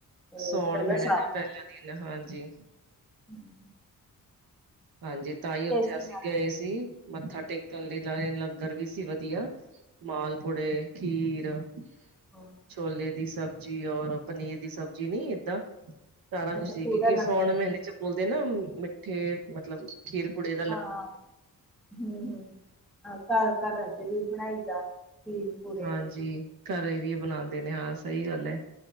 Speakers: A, in the centre; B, on the right.
A: ਤੇ
B: ਸਾਉਣ
A: ਪਹਿਲਾ
B: ਮਹੀਨੇ
A: ਸਾਲ
B: ਦਾ ਪਹਿਲਾ ਦਿਨ ਹਾਂਜੀ।
A: ਹੂੰ
B: ਹਾਂਜੀ ਤਾਂ ਹੀ ਉੱਥੇ
A: ਸੀ
B: ਅਸੀਂ
A: ਨਾਲ
B: ਗਏ ਸੀ। ਮੱਥਾ ਟੇਕਣ ਲਈ ਨਾਲੇ ਲੰਗਰ ਵੀ ਸੀ ਵਧੀਆ, ਮਾਲਪੂੜੇ, ਖੀਰ। <unintelligible>
A: ਹਾਂ
B: ਛੋਲੇ ਦੀ ਸਬਜ਼ੀ ਔਰ ਪਨੀਰ ਦੀ ਸਬਜ਼ੀ ਨੀ ਏਦਾਂ। ਸਾਰਾ ਕੁਛ
A: ਅੱਛਾ
B: ਸੀ
A: ਪੂਰਾ
B: ਕਿਉਂਕਿ
A: ਲੰਗਰ
B: ਸਾਉਣ ਮਹੀਨੇ
A: ਹੀ।
B: 'ਚ ਬੋਲਦੇ ਨਾ ਮਿੱਠੇ ਮਤਲਬ ਖੀਰ ਪੁੂੜੇ
A: ਹਾਂ, ਹੂੰ-ਹੂੰ ਘਰ ਘਰਾਂ 'ਚ ਵੀ ਬਣਾਈ ਦਾ। ਖੀਰ ਪੂੜੇ
B: ਹਾਂਜੀ, ਘਰ ਵੀ ਬਣਾਦੇ ਨੇ ਹਾਂ ਸਹੀ ਗੱਲ ਐ।